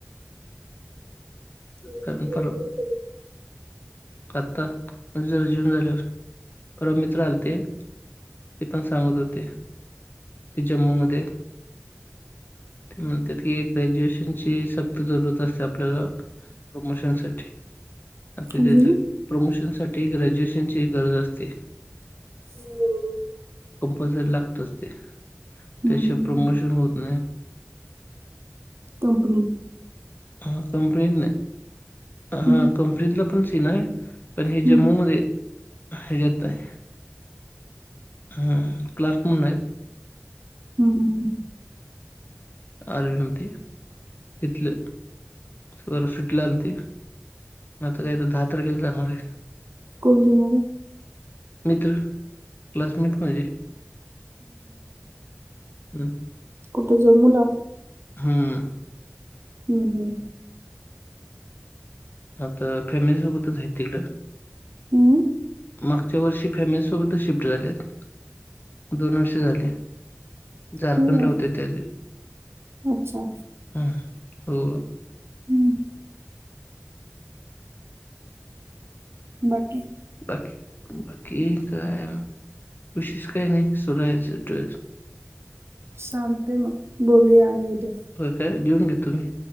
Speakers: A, on the left; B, on the right.
A: <unintelligible>
B: हम्म. बरोबर की.
A: आत्ता जरा जीवून झाल्यावर परवा मित्र आल ते. ते पण सांगत होते ते जम्मू मध्ये ते म्हणत होते की ग्रॅज्युएशनची सक्त जरुरत असते आपल्याला प्रमोशनसाठी. आ ते
B: काय
A: त्यांच
B: झालं हम्म
A: प्रमोशन साठी ग्रॅज्युएशनची गरज असते.
B: बरोबर <inaudible>
A: कंपलसरी लागतच ते त्या
B: हम्म.
A: शिवाय प्रमोशन होत नाही.
B: कंपनी.
A: हा कंपनीत नाही.
B: हम्म
A: हा कंपनीतला पण सीन आहे पण हे
B: हम्म
A: जम्मू मध्ये हे ज्यात हाय. हा हा हा क्लारक म्हणून आहेत
B: हम्म हम्म.
A: <inaudible> तिथलं. परवा सुट्टीला आली ती आता काही तर दहा तारखेला जाणार आहे
B: कोण जाणार आहे
A: मित्र क्लासमेट पाहजे. हम्म.
B: कुठ जम्मूला.
A: हम्म.
B: हम् हम्
A: आता फॅमिलीसोबतच आहेत तिकडं.
B: हम्म
A: मागच्या वर्षी फॅमिलीसोबतच शिफ्ट झाल्यात. दोन वर्षे झाले झारखंडला
B: हम्म.
A: होते त्या
B: अच्छा
A: हम हो
B: हम्म बाकी
A: बाकी बाकी काय बशस का नाही सधचस
B: चालतय मग बोलूया आणि उद्या
A: होय काय जेऊन घ्या तुम्ही